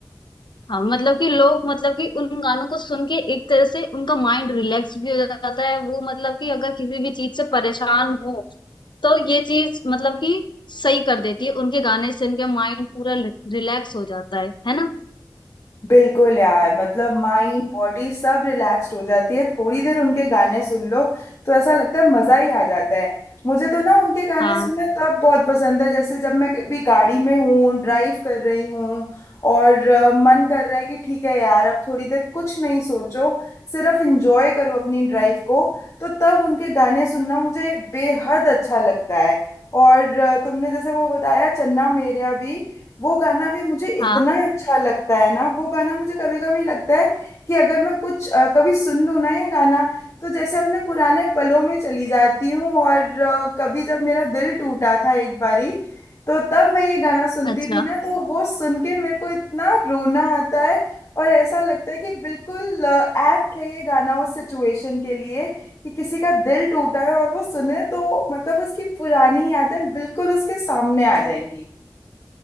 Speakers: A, on the left; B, on the left.
A: हाँ मतलब कि लोग मतलब कि उन गानों को सुन के एक तरह से उनका माइंड रिलैक्स भी हो जाता है वो मतलब कि अगर किसी भी चीज से परेशान हो तो ये चीज मतलब कि सही कर देती है उनके गाने से उनके माइंड पूरा रिलैक्स हो जाता है है ना
B: बिल्कुल यार मतलब माइंड बॉडी सब रिलैक्स्ड हो जाती है थोड़ी देर उनके गाने सुन लो तो ऐसा लगता है मजा ही आ जाता है मुझे तो ना उनके गाने
A: हाँ
B: सुनना तब बहुत पसंद है जैसे जब मैं कभी गाड़ी में हूँ ड्राइव कर रही हूँ और अ, मन कर रहा है कि ठीक है यार अब थोड़ी देर कुछ नहीं सोचो सिर्फ इंजॉय करो अपनी ड्राइव को तो तब उनके गाने सुनना मुझे बेहद अच्छा लगता है और अ, तुमने जैसे वो बताया चन्ना मेरेया भी वो गाना भी मुझे इतना
A: हाँ
B: अच्छा लगता है ना वो गाना मुझे कभी कभी लगता है कि अगर मैं कुछ अ, कभी सुन लूँ ना ये गाना तो जैसे अपने पुराने पलों में चली जाती हूँ और अ, कभी जब मेरा दिल टूटा था एक बारी तो तब मैं ये गाना सुनती
A: अच्छा
B: थी ना तो वो सुन के मेरे को इतना रोना आता है और ऐसा लगता है कि बिल्कुल एप्ट है ये गाना उस सिचुएशन के लिए कि किसी का दिल टूटा है और वो सुने तो मतलब उसकी पुरानी यादें बिल्कुल उसके सामने आ जाएंगी